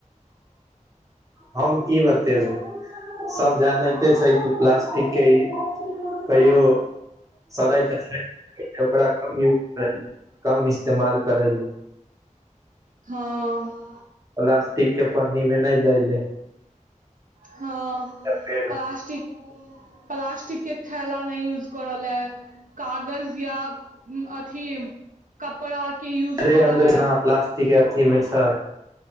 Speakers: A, on the right; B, on the right.
A: हम की बतेबो सब जानैते छै कि प्लास्टिक के ई कहियो सड़ै तऽ छै नहि ओकरा कम यूज कम इस्तेमाल करैली
B: हँ
A: प्लास्टिक के पन्नी मे नहि दैले
B: हँ
A: फेर
B: प्लास्टिक प्लास्टिकके थैला नहि यूज कर लए कागज या अथी कपड़ा के यूज
A: अन्दरे
B: करऽ
A: अन्दर
B: लै
A: एना प्लास्टिक के अथी मे छै